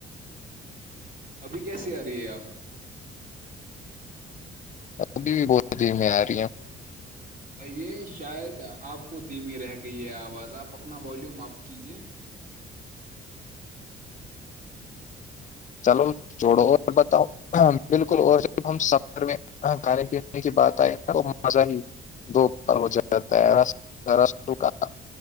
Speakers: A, on the right; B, on the left.
A: ابھی کیسی آ رہی ہے آ
B: ابھی بھی بہتدھی میں آ رہی ہیں
A: یہ شاید آپ کو دھیمی رہ گئی ہے آواز آپ اپنا والیوم آپ کیجیے
B: چلو چھڑو اور بتاؤ ہاں بالکل اور جب ہم سفر میں کھانے پینے کی بات آئے نا تو مزہ ہی دوپر ہو رہاتا ہے رسوں کا